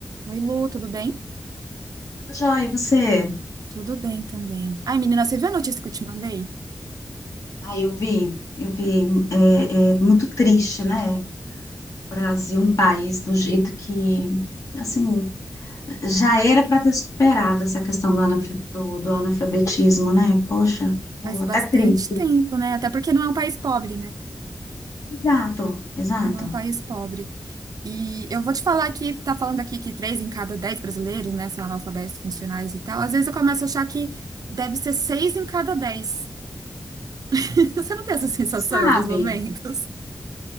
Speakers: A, on the right (about 80°); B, on the left (about 60°).
A: Oi, Lu, tudo bem?
B: Joia, e você?
A: Tudo bem também. Ai, menina, você viu a notícia que eu te mandei?
B: Ah, eu vi, eu vi. É, é muito triste, né? Brasil, um país do jeito que, assim, já era para ter superado essa questão do, analfa- do, do analfabetismo, né? Poxa, ficou
A: Faz
B: até
A: bastante
B: triste.
A: tempo, né? Até porque não é um país pobre, né?
B: Exato, exato.
A: Não é um país pobre. E eu vou te falar que tá falando aqui que três em cada dez brasileiros, né, são analfabetos funcionais e tal. Às vezes eu começo a achar que deve ser seis em cada dez. <laughs> Você não tem essa sensação
B: Sabe?
A: em alguns momentos?